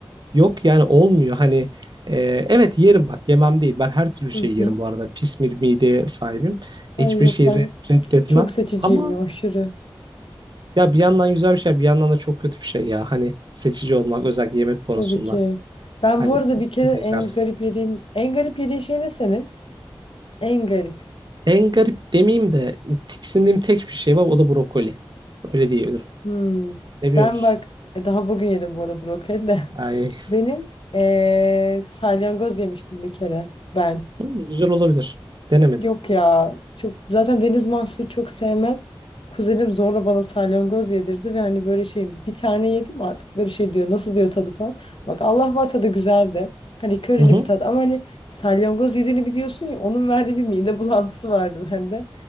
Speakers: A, on the right; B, on the left.
A: Yok yani olmuyor hani e, evet yerim bak yemem değil. Ben her türlü şey
B: Hı
A: yerim
B: hı.
A: bu arada. Pis bir mideye sahibim.
B: Ay
A: Hiçbir
B: yok
A: şeyi
B: ben
A: re- reddetmem.
B: çok seçiciyim
A: Ama
B: ya aşırı.
A: ya bir yandan güzel bir şey bir yandan da çok kötü bir şey ya. Hani seçici olmak özellikle yemek konusunda.
B: Tabii ki. Ben
A: Hani
B: bu arada
A: çok
B: bir
A: sıkıntı
B: kere en
A: yaşarsın.
B: garip yediğin en garip yediğin şey ne senin? En garip.
A: En garip demeyeyim de tiksindiğim tek bir şey var o da brokoli. Öyle diyebilirim.
B: Hmm.
A: Ne biliyor
B: Ben
A: musun?
B: bak e, daha bugün yedim bu arada brokoli de.
A: Ay.
B: <laughs> Benim eee, salyangoz yemiştim bir kere ben.
A: Hı, güzel olabilir. Denemedim.
B: Yok ya çok zaten deniz mahsulü çok sevmem. Kuzenim zorla bana salyangoz yedirdi ve hani böyle şey bir tane yedim artık böyle şey diyor nasıl diyor tadı falan. Bak Allah var tadı güzeldi. Hani körili
A: Hı hı.
B: bir tat ama hani salyangoz yediğini biliyorsun ya onun verdiği bir mide bulantısı vardı bende.